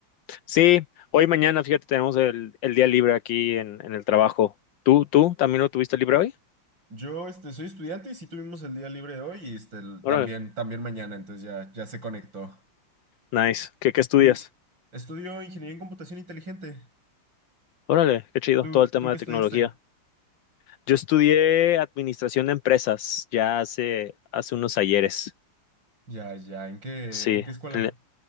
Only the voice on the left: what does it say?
Sí, hoy mañana, fíjate, tenemos el, el día libre aquí en, en el trabajo. ¿Tú, tú también lo tuviste libre hoy?
Órale.
Nice. ¿Qué, qué estudias?
Órale, qué chido,
todo el tema
de
tecnología. Yo estudié administración de empresas ya hace, hace unos ayeres,
sí,
en, la